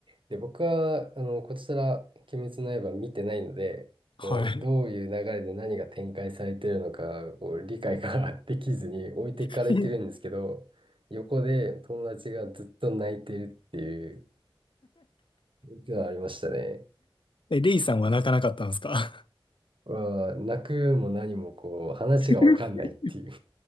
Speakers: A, on the right; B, on the left.
A: で、僕は、あの、こちら、鬼滅の刃見てないので、
B: はい。
A: こう、どういう流れで何が展開されてるのか、こう、理解が <laughs> できずに置いていかれてるんですけど、
B: <laughs>
A: 横で友達がずっと泣いてるっていうのがありましたね。
B: え、レイさんは泣かなかったんですか
A: わあ泣くも何もこう、話がわかんないっていう。
B: <laughs>